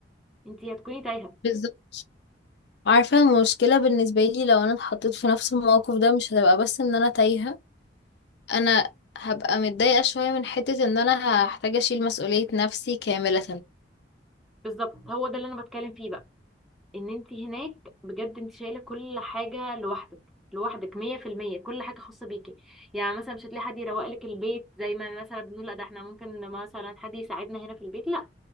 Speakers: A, in the centre; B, on the left.
A: أنت هتكوني تايهة
B: بالظبط عارفة المشكلة بالنسبة لي لو أنا اتحطيت في نفس الموقف ده مش هتبقى بس إن أنا تايهة انا هبقى متضايقة شوية من حتة ان انا هحتاج اشيل مسؤولية نفسي كاملة
A: بالظبط هو ده اللي أنا بتكلم فيه بقى ان انت هناك بجد انت شايله كل حاجه لوحدك لوحدك 100% كل حاجه خاصه بيكي يعني مثلا مش هتلاقي حد يروق لك البيت زي ما مثلا بنقول لا ده احنا ممكن مثلا حد يساعدنا هنا في البيت لا